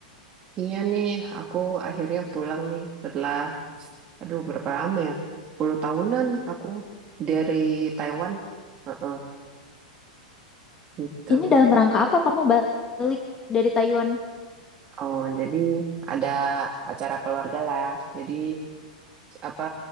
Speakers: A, on the right; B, on the left.
A: Iya nih, aku akhirnya pulang nih setelah, aduh, berapa lama ya? sepuluh tahunan aku dari Taiwan. Heeh, gitu.
B: Ini dalam rangka apa kamu balik dari Taiwan?
A: Oh, jadi ada acara keluarga lah. Jadi, apa,